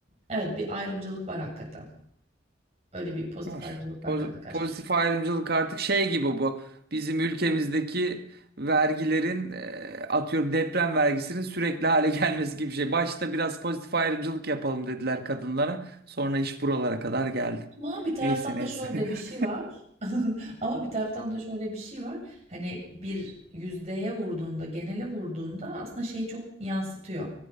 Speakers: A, on the right (about 35°); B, on the right (about 55°).
A: evet bir ayrımcılık var hakikaten. Öyle bir pozitif
B: Var.
A: ayrımcılık var
B: Poz-
A: kadına karşı.
B: Pozitif ayrımcılık artık şey gibi bu. Bizim ülkemizdeki vergilerin e, atıyorum deprem vergisinin sürekli hale <laughs> gelmesi gibi bir şey. Başta biraz pozitif ayrımcılık yapalım dediler kadınlara. Sonra iş buralara kadar geldi.
A: Ama bir taraftan
B: Neyse neyse.
A: da şöyle bir şey
B: <laughs>
A: var. <laughs> Ama bir taraftan da şöyle bir şey var. Hani bir yüzdeye vurduğunda, genele vurduğunda aslında şeyi çok yansıtıyor.